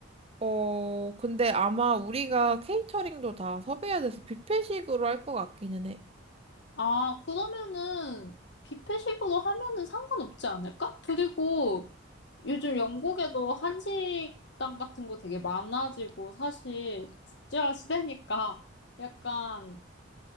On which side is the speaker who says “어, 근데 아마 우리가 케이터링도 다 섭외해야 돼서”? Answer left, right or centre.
Right